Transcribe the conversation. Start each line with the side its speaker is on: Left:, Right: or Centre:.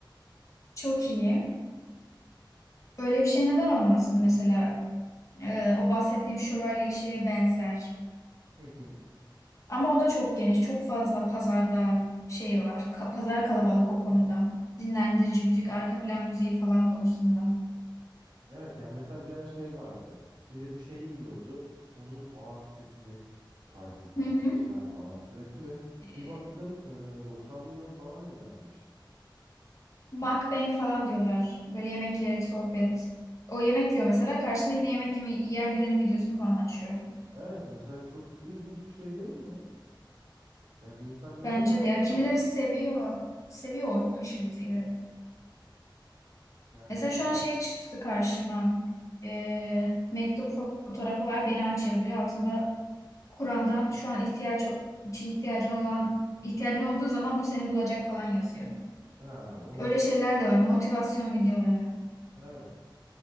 Left: Çok iyi. Öyle bir şey neden olmasın mesela? Ee, o bahsettiğim şövalyeli şeye benzer.
Right: <laughs>
Left: Ama o da çok geniş, çok fazla pazarda şey var. Ka- pazar kalabalık o konuda. Dinlendirici müzik, arka plan müziği falan konusunda.
Right: Evet yani mesela bir ara şey vardı. Biri bir şey yiyordu. Onun ağız sesini kaydedip atmışlar
Left: Hı hı.
Right: falan sürekli ve
Left: Ee,
Right: bir baktım e, 90 milyon falan izlenmiş.
Left: mukbang falan diyorlar. Böyle yemek yiyerek sohbet. O yemek yiyor mesela. Karşında yine yemek yeme- yiyen birinin videosunu falan açıyor.
Right: Evet mesela çok ilginç bir şey değil mi? Ya bir insan neden
Left: Bence
Right: izler
Left: de ya. Kimileri
Right: ki onu?
Left: seviyor. Seviyor o hışırtıyı.
Right: Yani
Left: Mesela
Right: bilmiyorum.
Left: şu an şey çıktı karşıma. Ee, mektup fotoğrafı var beni aç yazıyor. Altında Kur'an'dan şu an ihtiyacı şey ihtiyacın olan ihtiyacın olduğu zaman bu seni bulacak falan yazıyor.
Right: Ha onu
Left: Öyle şeyler de var. Motivasyon videoları.
Right: evet.